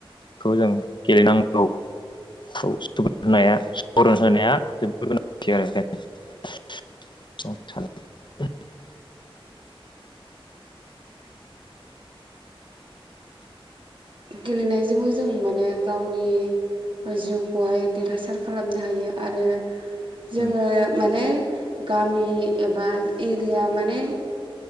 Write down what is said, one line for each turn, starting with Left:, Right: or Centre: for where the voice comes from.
Left: खौ जों गेलेनांगौखौ <unintelligible> जोबोद गोनांथि आरो <unintelligible>
Right: गेलेनायजोंबो जों माने गावनि जिउखौहाय देरहासार खालामनो हायो आरो
Left: सानो
Right: जोङो माने गामि एबा एरिया माने